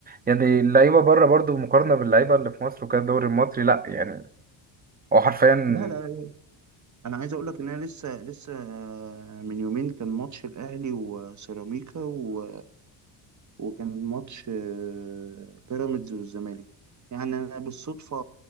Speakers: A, on the right; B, on the right.
A: يعني اللعيبه بره برضه مقارنه باللعيبه اللي في مصر وكده الدوري المصري لا يعني هو حرفيا
B: لا لا لا انا عايز اقول لك ان انا لسه لسه آه، من يومين كان ماتش الاهلي وسيراميكا و... وكان ماتش آه، بيراميدز والزمالك يعني انا بالصدفه